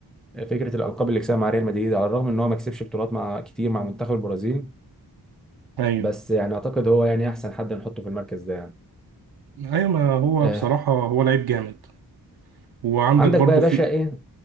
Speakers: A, in the centre; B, on the right (about 70°).
A: فكره الالقاب اللي كسبها مع ريال مدريد على الرغم ان هو ما كسبش بطولات مع كتير مع منتخب البرازيل
B: ايوه
A: بس يعني اعتقد هو يعني احسن حد نحطه في المركز ده يعني
B: ايوه ما هو
A: آه.
B: بصراحة هو لعيب جامد وعندك
A: عندك
B: برضو
A: بقى يا باشا
B: في
A: ايه